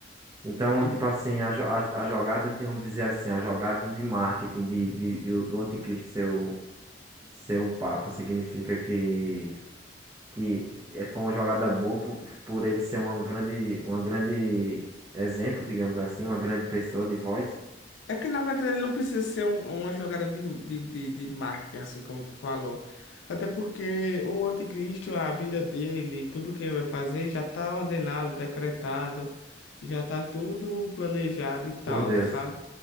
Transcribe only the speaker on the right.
Então,
tipo assim, a, jo- a, a jogada, de- vamos dizer assim, a jogada de marketing de, de- do do anticristo ser o, ser o Papa significa que, que é- foi uma jogada boa por, por ele ser uma grande, uma grande exemplo, digamos assim, uma grande pessoa de voz.
Por Deus.